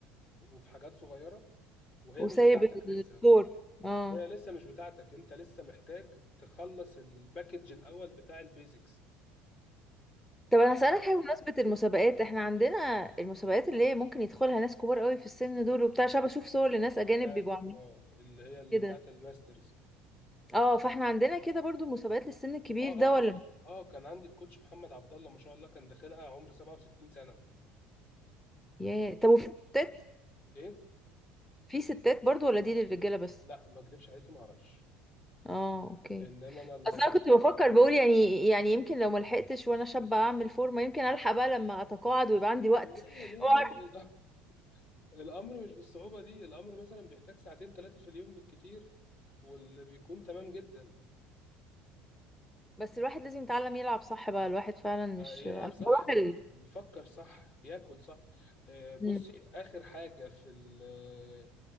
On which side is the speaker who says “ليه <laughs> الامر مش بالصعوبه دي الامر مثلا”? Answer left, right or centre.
Left